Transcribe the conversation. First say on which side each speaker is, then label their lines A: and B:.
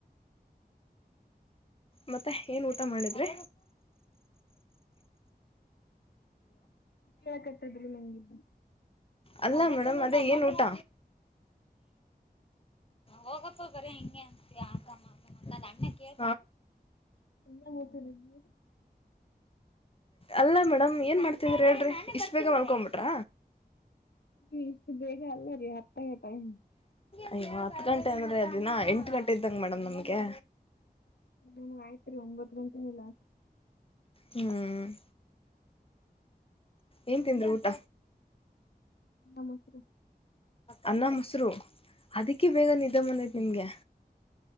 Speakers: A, on the left (about 35°); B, on the left (about 80°).
A: ಮತ್ತೆ ಏನ್ ಊಟ ಮಾಡಿದ್ರೆ
B: ಈ ಕೇಳಕ್ತ್ತದ್ರ ನಂಗಗೆ
A: ಅಲ್ಲ ಮೇಡಮ್ ಅದೇ ಏನ್ ಊಟ ಹೋಗಪ್ಪ ಬರ ಹಿಂಗೆ ಅಂತ ಆತ ಮಾತ ಅ ಅಣ್ಣ ಕೇಳ
B: ಎಲ್ಲ ಹತರ ನೀ
A: ಅಲ್ಲ ಮೇಡಮ್ ಏನ್ ಮಾಡ್ತಿದ್ರ ಹೇಳ್ರಿ ಇಷ್ಟ್ ಬೇಗ ಮಲ್ಕೊಬಿಟ್ರ
B: ಇಷ್ಟು ಬೇಗ ಅಲ್ಲ ರೀ ಹತ್ತಗೆ ಟೈಮ್
A: ಅಯ್ಯೋ ಹತ್ತು ಗಂಟೆ ಅಂದ್ರೆ ಅ ದಿನ ಎಂಟು ಗಂಟೆ ಇದ್ದಂಗ ಮೇಡಮ್ ನಮ್ಗೆ
B: ನಮ್ಗ ಆಯ್ತ್ರಿ ಒಂಬತ್ತು ಗಂತನಿಲ್ಲ
A: ಹ್ಮ್ ಏನ್ ತಿಂದ್ರ ಊಟ
B: ನಮಸ್ರ
A: ಅನ್ನ ಮೊಸರು ಅದಕ್ಕೆ ಬೇಗ ನಿದ್ದ ಮನೆತ್ ನಿಮ್ಗೆ